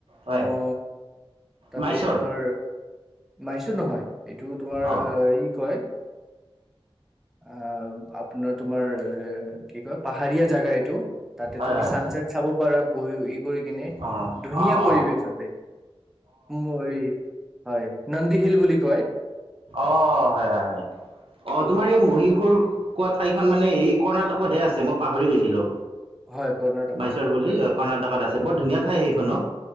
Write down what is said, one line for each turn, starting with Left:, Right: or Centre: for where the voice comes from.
Right: হয়
Centre: ম তাতে
Right: মাইচৰ
Centre: তোমাৰ। নহয় <inaudible> এইটো তোমাৰ
Right: অঁ
Centre: ই কয়। আহ আপোনাৰ তোমাৰ এ কি কয় পাহাৰীয়া জেগা এইটো। তাতে,
Right: হয়
Centre: তুমি
Right: হয়
Centre: চানঞ্চাত চাব পাৰা। ঐ কৰি কিনে
Right: অঁ
Centre: ধুনীয়া
Right: অঁ
Centre: পৰিৱেশতে
Right: অঁ
Centre: মই হয় নন্দী হিল বুলি কয়
Right: অ হয় হয় হয় অ
Centre: ত'
Right: তোমাৰ এই মহীশুৰ কোৱা ঠাইখন মানে এই কৰ্ণাটকতহে আছে মই পাহৰি গৈছিলো।
Centre: হয় কৰ্ণাটকা
Right: মাইচৰ বুলি
Centre: আৰু
Right: কৰ্ণাটকত আছে ব। ধুনীয়াঠাই সেইখনত।